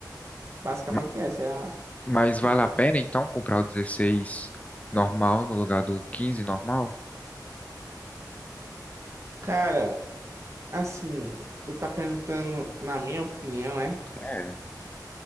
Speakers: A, on the right (about 40°); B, on the left (about 20°).
A: Basicamente
B: Ma-
A: essa é a
B: Mas vale
A: diferença.
B: a pena então comprar o 16 normal no lugar do 15 normal?
A: Cara, assim, tu tá perguntando, na minha opinião, é.
B: É.